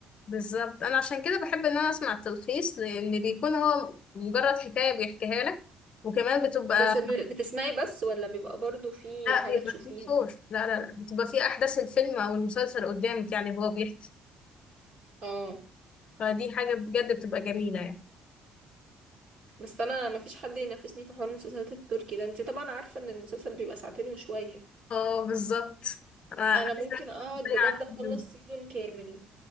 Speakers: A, on the left (about 45°); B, on the right (about 50°).
A: بالظبط انا عشان كده بحب ان انا اسمع التلخيص لان بيكون هو مجرد حكايه بيحكيها لك وكمان بتبقى
B: بس ب... بتسمعي بس ولا بيبقى برضو في
A: لا
B: حاجه
A: بيبقى
B: تشوفيها
A: فيه صور لا لا لا بتبقى فيه احداث الفيلم او المسلسل قدامك يعني هو بيحكي
B: اه
A: فدي حاجه بجد بتبقى جميله يعني
B: بس انا ما فيش حد ينافسني في حوار المسلسلات التركي ده انت طبعا عارفه ان المسلسل بيبقى ساعتين وشويه
A: اه بالظبط انا
B: انا
A: عايزة
B: ممكن اقعد
A: أتكلم
B: بجد
A: عنها.
B: اخلص سيزون كامل